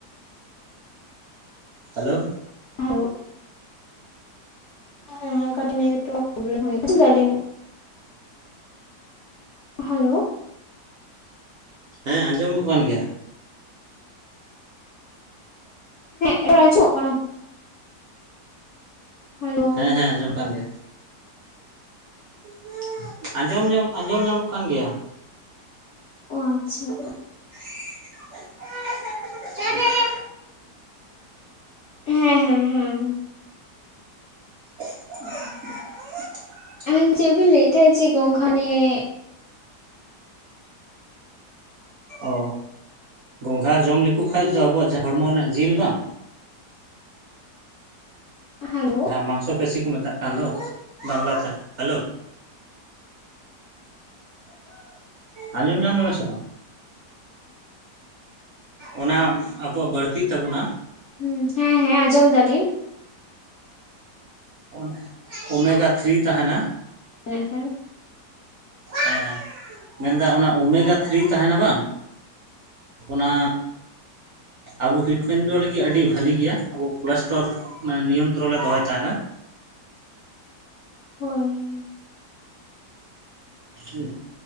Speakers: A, on the right; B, on the left.
A: ᱦᱮᱞᱳ
B: ᱦᱟᱞᱳ ᱦᱮᱸ ᱦᱮᱸ ᱠᱟᱹᱴᱤᱡ ᱱᱮᱴᱣᱟᱨᱠ ᱯᱨᱚᱵᱞᱮᱢ ᱦᱩᱭᱩᱜ <unintelligible> ᱟᱸᱡᱚᱢ ᱫᱟᱞᱤᱧ᱾ ᱦᱮᱞᱳ
A: ᱦᱮᱸ ᱟᱸᱡᱚᱢᱚᱜ ᱠᱟᱱ ᱜᱮᱭᱟ ᱾
B: ᱦᱮᱸ ᱨᱟᱡᱚᱜ ᱠᱟᱱᱟ <unintelligible> ᱦᱮᱞᱳ
A: ᱦᱮᱸ ᱦᱮᱸ ᱟᱸᱡᱚᱢ ᱠᱟᱱ ᱜᱮᱭᱟ ᱾ ᱟᱸᱡᱚᱢ ᱧᱚᱢ ᱟᱸᱡᱚᱢ ᱧᱟᱢᱚᱜ ᱠᱟᱱ ᱜᱮᱭᱟ ᱾
B: ᱚ ᱟᱪᱪᱷᱟ,
A: <inaudible>
B: ᱦᱮᱸ ᱦᱮᱸ ᱦᱮᱸ,
A: <inaudible>
B: ᱟᱧ ᱪᱮᱫ ᱵᱤᱱ ᱞᱟᱹᱭᱮᱫ ᱛᱟᱦᱮᱸᱱᱟ ᱪᱮᱫ ᱜᱚᱝᱜᱷᱟ ᱱᱤᱭᱮᱻ <inaudible>
A: ᱚ ᱜᱚᱝᱜᱷᱟ ᱡᱚᱢ ᱞᱮᱠᱚ ᱠᱷᱟᱡ ᱫᱚ ᱟᱵᱚᱣᱟᱜ ᱦᱚᱲᱢᱚ ᱨᱮᱱᱟᱜ ᱡᱤᱞ ᱵᱟᱝ
B: ᱦ <inaudible>
A: ᱢᱟᱝᱥᱚ ᱯᱮᱥᱤ <unintelligible> ᱠᱚ ᱢᱮᱛᱟᱜ ᱠᱟᱱ ᱫᱚ ᱵᱟᱝᱞᱟᱛᱮ ᱦᱮᱞᱳ ᱾ ᱟᱸᱡᱚᱢ ᱧᱟᱢ ᱫᱟᱵᱤᱱ ᱥᱮᱵᱟᱝ? ᱚᱱᱟ ᱟᱵᱚᱣᱟᱜ ᱵᱟᱹᱲᱛᱤᱜ ᱛᱟᱵᱚᱱᱟ ᱾
B: ᱦᱩ ᱦᱮᱸ ᱦᱮᱸ ᱟᱸᱡᱚᱢ ᱫᱟᱞᱤᱧ ᱾
A: ᱚᱱᱟ ᱳᱢᱜᱟ ᱛᱷᱨᱤ <unintelligible> ᱛᱟᱦᱮᱱᱟ᱾
B: ᱢᱮᱱᱠᱷᱟᱱ
A: ᱦᱮᱸ ᱦᱮᱸ ᱢᱮᱱᱫᱟ ᱚᱱᱟ ᱳᱢᱮᱜᱟ ᱛᱷᱨᱤ <unintelligible> ᱛᱟᱦᱮᱱᱟ ᱵᱟᱝ᱾ ᱚᱱᱟ ᱟᱵᱚ ᱦᱤᱰ ᱯᱮᱱᱰᱚ <unintelligible> ᱫᱚ ᱞᱟᱹᱜᱤᱫ ᱟᱹᱰᱤ ᱵᱷᱟᱹᱞᱤ ᱜᱮᱭᱟ ᱟᱵᱚ ᱯᱞᱟᱥᱴᱟᱨ᱾ ᱢᱟᱱᱮ ᱱᱤᱭᱚᱱᱛᱚᱨᱚᱱ <unintelligible> ᱞᱮ ᱫᱚᱦᱚᱭ ᱛᱟᱦᱮᱱᱟ᱾
B: ᱦᱳᱭ,
A: ᱦᱮᱸ